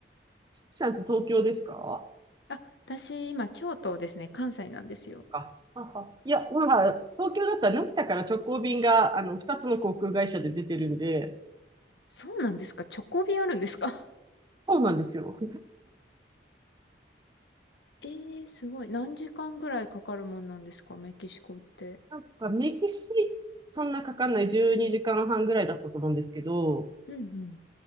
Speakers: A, on the right (about 25°); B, on the left (about 80°).
A: しきさんって東京ですか
B: あ、私、今、京都ですね、関西なんですよ。
A: か。あはいや、まあ、東京だったら成田から直行便が、あの、二つの航空会社で出てるんで、
B: そうなんですかチョコ便あるんですか
A: そうなんですよ。
B: え <laughs> えー、すごい。何時間ぐらいかかるもんなんですかメキシコって。
A: なんかメキシ、そんなかかんない12時間半ぐらいだったと思うんですけど、
B: うんうん。